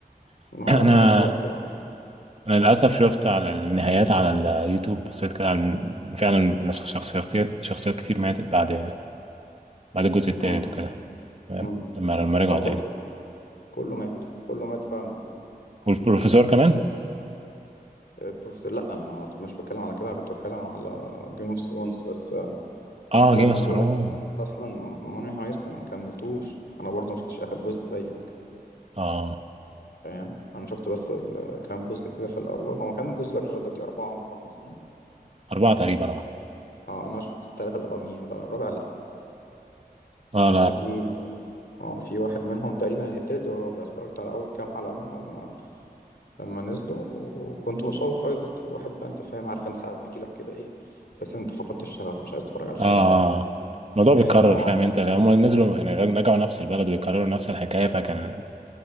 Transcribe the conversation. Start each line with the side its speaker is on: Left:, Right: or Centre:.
Right: <clears throat>
Left: ما هو
Right: انا
Left: لما يبقى في وقت بقى فاهم
Right: انا للاسف شفت على النهايات على اليوتيوب بصيت كده على فعلا ناس- شخصيات شخصيات كتير ماتت بعد بعد الجزء التالت
Left: أمم،
Right: وكده تمام
Left: أمم.
Right: لما لما رجعوا
Left: هو كل
Right: تاني
Left: كله مات كله مات فعلا يعني
Right: والبروفيسور كمان
Left: آه، بروفيسور لا أنا ما- مش بتكلم على كده انا كنت بتكلم على جيم اوف ثرونز بس آه،
Right: اه
Left: لا
Right: جيم
Left: ما
Right: اوف
Left: انا
Right: ثرونز
Left: بقول لك اصلا ماني هايست انا ما كملتوش انا برضه ما شفتش اخر جزء زيك
Right: اه
Left: فاهم انا شفت بس ال- كام جزء كده في الاول هو كان جزء بقى لغايه دلوقتي اربعه هم راح نازلين
Right: اربعه تقريبا اه
Left: اه انا شفت الثلاثه الاولانيين بقى الرابع لا
Right: اه
Left: حتى
Right: لا
Left: في اه في واحد منهم تقريبا يعني التالت والرابع اتفرجت على اول كام حلقه منهم آه، لما نزلوا و- وكنت متشوق قوي بس الواحد بقى انت فاهم عارف انت ساعات بيجي لك كده ايه تحس ان انت فقدت الشغف مش عايز تتفرج على حاجه
Right: اه
Left: ف
Right: الموضوع بيتكرر
Left: <laughs> اه
Right: فاهم انت لما نزلوا يعني رجعوا نفس البلد ويكرروا نفس الحكايه فكان